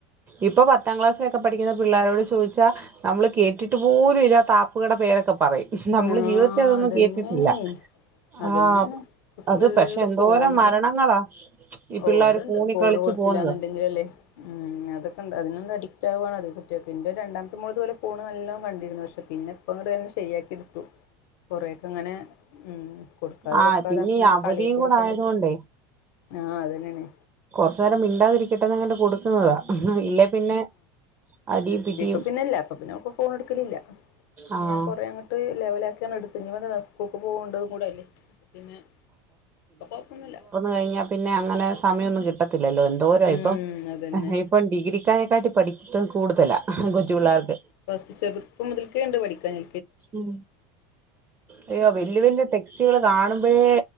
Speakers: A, on the right; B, on the left.
A: ഇപ്പൊ പത്താം ക്ലാസ്സിലൊക്കെ പഠിക്കുന്ന പിള്ളാരോട് ചോദിച്ചാ നമ്മള് കേട്ടിട്ട് പോലും ഇല്ലാത്ത ആപ്പുകളുടെ പേരൊക്കെ പറയും. നമ്മള്
B: ആ
A: ജീവിതത്തെ അതൊന്നും
B: അതന്നെയാണ്
A: കേട്ടിട്ടില്ല.
B: അതന്നെയാണ്
A: ആഹ്
B: ഫുള്ള്
A: അത് പക്ഷെ എന്തോരം
B: ഫോണല്ലേ
A: മരണങ്ങളാ ഈ
B: ഓ
A: പിള്ളേർ
B: അതുണ്ട്
A: ഫൂണി
B: ഫോണ്
A: കളിച്ച്ച്
B: കൊടുത്തില്ലാന്നുണ്ടെങ്കിലല്ലേ
A: പോന്നത്
B: ഉം അതൊക്കെ ഉണ്ട് അതിനൊന്ന് അഡിക്റ്റ് ആവുകാണ്ണത് കുട്ടികൾക്കെ എൻ്റെ രണ്ടാമത്തെ മോന് ഫോണ് നല്ലണം കണ്ടിരുന്നു പക്ഷെ പിന്നെ ഇപ്പങ്ങടയ്നെശരിയാക്കി എടുത്തു. കുറെക്കെ ഉങ്ങനെ ഉം കൊടുക്കാതെ
A: ആഹ്
B: കൊടുക്കാതെ
A: പിന്നെ
B: ങ്ങനെ
A: ഈ അവധിയും
B: കളിയൊകൂടെക്കെയിട്ട്.
A: കൂടെ ആയതുകൊണ്ടേ
B: ആഹ് അതന്നെണ്.
A: കൊറച്ചു നേരം മിണ്ടാതിരിക്കട്ടെന്ന്ങ്ങട്ട് കൊടുക്കുന്നതാ ഇല്ലേ പിന്നെ അടിയും പിടിയും
B: ഇപ്പ പിന്നെല്ല അപ്പ പിന്നെ ഫോൺ എടുക്കലില്ല
A: ആഹ്
B: ഞാൻ കൊറേ അങ്ങ ട്ട് ലെവലിലാക്കിയാണ് എട്ത്ത് <unintelligible> ക്കുക്ക് പോവണ്ടതും കൂടെയല്ലേ പിന്നെ പ്പ കൊഴപ്പൊന്നുല്ല
A: കഴിഞ്ഞ പിന്നെ അങ്ങനെ സമയൊന്നും കിട്ടത്തില്ലല്ലോ എന്തോരോ
B: ഉം
A: ഇപ്പം
B: അതന്നെ
A: ഇപ്പ ഡിഗ്രിക്കാരെക്കാട്ട് പഠിത്തം കൂടുതലാ
B: ഓ
A: കൊച്ചു പിള്ളേർക്ക്
B: ഫസ്റ്റ് ചെറുപ്പം മുതൽക്കേണ്ട് പഠിക്കാന്
A: ഉം അയ്യോ വല്യ വല്യ ടെക്സ്റ്റുകൾ കാണുമ്പോഴേ